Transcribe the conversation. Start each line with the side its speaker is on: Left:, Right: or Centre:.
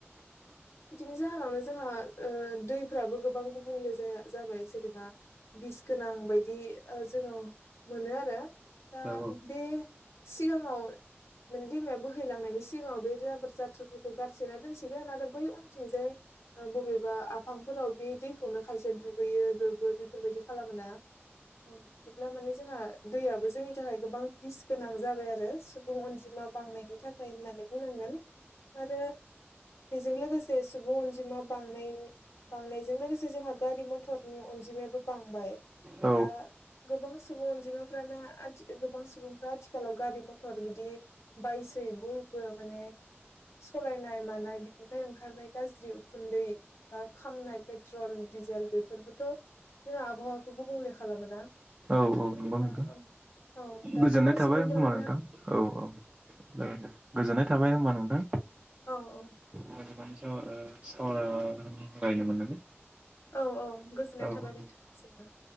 Right: <inaudible>
Left: बिदिनि जाहोनावनो जोंहा ओ दैफ्राबो गोबां गुबुंले जाया जाबाय जेनेबा बिस गोनां बायदि ओ जोङो मोनो आरो दा
Right: औ उम औ
Left: बे सिगाङाव माने दैमाया बोहैलांनायनि सि सिगाङाव बे जाबोर जाथ्रोफोरखौ गारसोना दोनसिगोन आरो बै उनथिंजाय बबेबा आफांफोराव बे दैखौनो खायसे दुगैयो लोबो बेफोरबायदि खालामोना बिदिब्ला माने जोंहा दैयाबो जोंनि थाखाय गोबां बिस गोनां जाबाय आरो सुबुं अनजिमाया बांनायनि थाखाय होननानै बुंनांगोन आरो बेजों लोगोसे सुबुं अनजिमा बांनाय बांनायजों लोगोसे जोंहा गारि मथरनि अनजिमायाबो बांबाय
Right: औ
Left: दा गोबां सुबुं अनजिमाफ्रानो गोबां सुबुंफ्रा आथिखालाव गारि मथर बिदि बाइ सै बयबो माने सालायनाय मानाय बिनिफ्राय ओंखारनाय गाज्रि उखुन्दै बा खामनाय पेट्रल डिजेल बेफोरबोथ' जों आबहावाखौबो गुबुंले खालामोना
Right: औ औ नंगौ
Left: दा
Right: नोंथां
Left: औ औ दा
Right: गोजोननाय
Left: गोबां
Right: थाबाय
Left: सुबुंफोरानो
Right: होमबा नोंथां औ औ द दे गोजोननाय थाबाय होनोमबा नोंथां
Left: औ औ
Right: म म स सावराय रायनो मोननानै
Left: औ औ गोजोननाय
Right: औ
Left: थाबाय नोंथांनिसिमबो